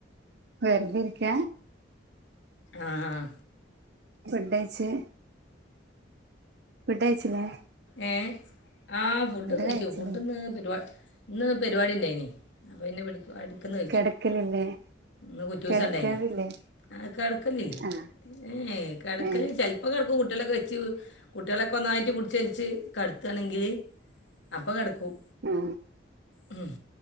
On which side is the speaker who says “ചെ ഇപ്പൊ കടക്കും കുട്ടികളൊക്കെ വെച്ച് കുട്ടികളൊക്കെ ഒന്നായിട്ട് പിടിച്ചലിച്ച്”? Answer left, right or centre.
Left